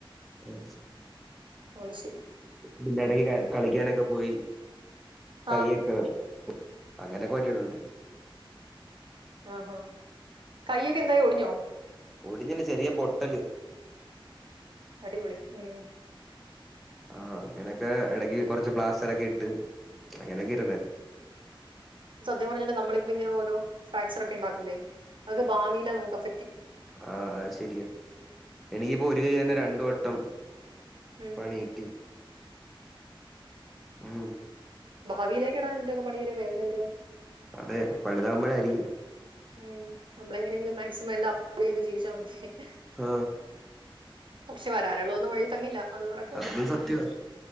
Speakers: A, in the centre; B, on the right (about 60°).
A: ആ
B: അള് ശരി
A: പിന്നെടക്ക് ക കളിക്കാനൊക്കെ പോയി കൈയ്യക്കെ
B: ആ
A: അങ്ങനൊക്കെ വറ്റിടുണ്ട്
B: ആ കയ്യൊക്കെ എന്തായി ഒടിഞ്ഞോ
A: ഒടിഞ്ഞില്ല ചെറിയ പൊട്ടല്
B: അടിപൊളി ഉം
A: ആ അങ്ങനെക്കെ ഇടക്ക് കൊറച്ച് പ്ലാസ്റ്ററൊക്കെ ഇട്ട് അങ്ങനെക്കെ ഇരുന്നല്
B: സത്യം പറഞ്ഞാ നമ്മളിപ്പ ഇങ്ങനെ ഓരോ ഫ്രാക്ചർ ഒക്കെ ഉണ്ടാക്കൂലേ അത് ഭാവിലാ നമക്ക് അ
A: ആ അത് ശരിയാ എനിക്കിപ്പോ ഒ തി കഴിയാനെ രണ്ടുവട്ടം
B: ഉം
A: പണികിട്ടി ഉം
B: ഭാവിയിലേക്ക് എടാ നിന്റെയൊക്കെ പണിയൊരു വേദന ആയി
A: അതെ പണിതാവുമ്പഴാരിക്കും
B: ഉം നമ്മളെങ്ങനെകിലും മാക്സിമം എല്ലാ പണിയ്ത് ജീവിച്ചാ മതി. ഹ്
A: ആ
B: പക്ഷെ വരാനുള്ളതൊന്നും വഴി തങ്ങില്ല. <unintelligible>
A: അതും സത്യവാ
B: ഉം